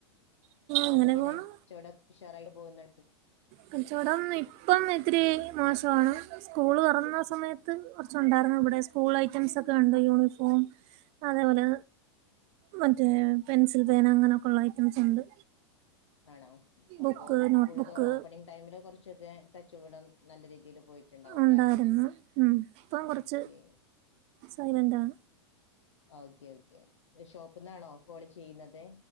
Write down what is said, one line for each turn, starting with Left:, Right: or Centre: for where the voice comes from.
Left: ഷോപ്പിങ്ങിനെ
Right: അങ്ങനെ പോന്നു
Left: കുറച്ചടെ ഉഷാറായിട്ട് പോകുന്നു
Right: കച്ചവടം ഇപ്പം ഇത്തിരി- മോശമാണ് സ്കൂൾ തുറന്ന സമയത്ത് കോർച്ചുണ്ടായിരുന്നു ഇവിടെ സ്കൂൾ ഐറ്റംസൊക്കെ ഉണ്ട് യൂണിഫോം അതേപോല മറ്റേ പെൻസിൽ പേന, അങ്ങനോക്കള്ള ഐറ്റംസ് ഉണ്ട്.
Left: ആണോ അപ്പോ
Right: ബുക്ക്
Left: സ്കൂൾ
Right: നോട്ട് ബുക്ക്
Left: തോറ, ഓപ്പണിങ് ടൈമില് കുറച്ചൊക്കെ കച്ചവടം- നല്ല രീതിയിൽ പോയിട്ടുണ്ടാവുല്ലേ
Right: ഉണ്ടായിരുന്നു ഉം ഇപ്പം കുറച്ച്
Left: ഓക്കെ
Right: സൈലൻ്റാണ്
Left: ഓക്കെ ഓക്കെ ഒക്കെ ഷോപ്പ്ന്നാണോ കോൾ ചെയ്യുന്നത്